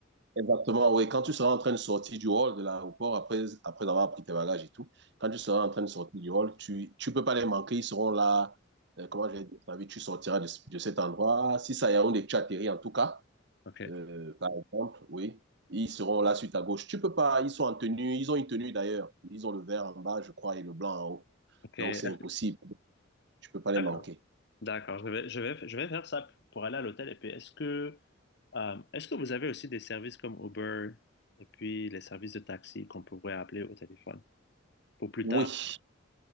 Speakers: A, on the right; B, on the left.
A: Exactement, oui. Quand tu seras en train de sortir du hall de l'aéroport, après, après avoir pris tes bagages et tout, quand tu seras en train de sortir du hall, tu ne peux pas les manquer. Ils seront là. Euh, comment je vais dire ça Tu sortiras de, de cet endroit. Si ça y est, on tu atterri en tout cas,
B: Ok.
A: euh, par exemple, oui, ils seront là sur ta gauche. Tu peux pas. Ils sont en tenue. Ils ont une tenue d'ailleurs. Ils ont le vert en bas, je crois, et le blanc en haut.
B: Ok. Est-ce
A: Donc, c'est impossible.
B: que-
A: Tu peux pas les
B: D'accord.
A: manquer.
B: D'accord. Je vais, je vais, je vais faire ça pour aller à l'hôtel. Et puis, est-ce que Euh, est-ce que vous avez aussi des services comme Uber et puis les services de taxi qu'on pourrait appeler au téléphone pour plus
A: Oui,
B: tard?